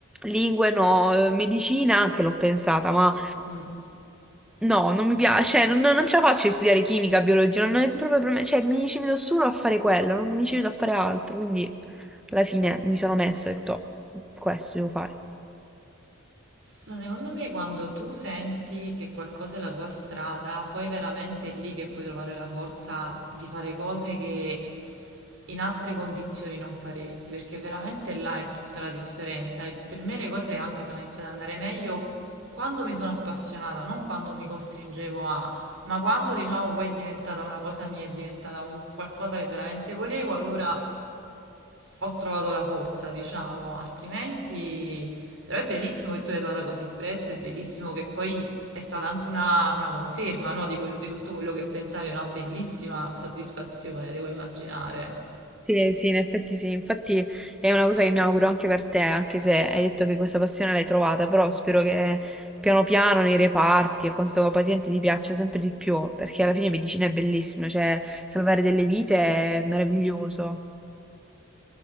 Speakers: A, in the centre; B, on the right.
A: lingue no, Eh, medicina anche l'ho pensata, ma
B: mm.
A: no, non mi piace, cioè, non, non ce la faccio di studiare chimica, biologia, non è proprio per me, cioè mi ci vedo solo a fare quello, non mi ci vedo a fare altro, quindi alla fine mi sono messo e ho detto, "Oh, questo devo fare.
B: Ma secondo me quando tu senti che qualcosa è la tua strada, poi veramente è lì che puoi trovare la forza di fare cose che in altre condizioni non faresti, perché veramente là è tutta la differenza. E per me le cose anche sono iniziate ad andare meglio quando mi sono appassionata, non quando mi costringevo a, ma quando diciamo poi è diventata una cosa mia, è diventata un qualcosa che veramente volevo, allora ho trovato la forza, diciamo, altrimenti però è bellissimo che tu l'hai trovata così presto, è bellissimo che poi è stata anche una, una conferma, no, di, quel- di tutto quello che pensavi, è una bellissima soddisfazione, devo immaginare.
A: Sì, sì, in effetti sì, infatti è una cosa che mi auguro anche per te, anche se hai detto che questa passione l'hai trovata, però spero che piano piano nei reparti e con questo paziente ti piaccia sempre di più, perché alla fine medicina è bellissima, cioè salvare delle vite è meraviglioso,